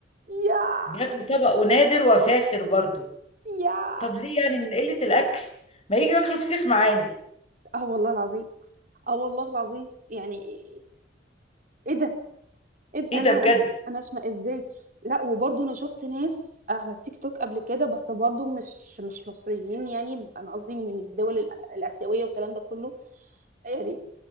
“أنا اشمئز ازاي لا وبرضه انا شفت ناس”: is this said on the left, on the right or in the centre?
Right